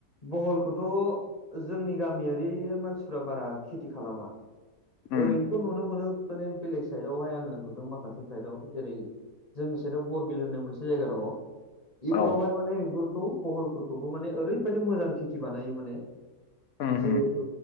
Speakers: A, on the left; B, on the left.
A: बहलखौ थ' जोंनि गामियारि मानसिफोरा बारा खेथि खालामा
B: उम
A: ओरैनोथ' नुनो मोनो। माने बेलेग साइडावहाय आङो नुदों माखासे साइडआव जेरै जोंनि साइडआव बरबिल होननाय मोनसे जायगा दङ बेफोरावहाय
B: औ
A: माने बहलफोरखौबो माने ओरैबायदि मोजां खेटि बानायो माने
B: उम
A: जिहेथु
B: उम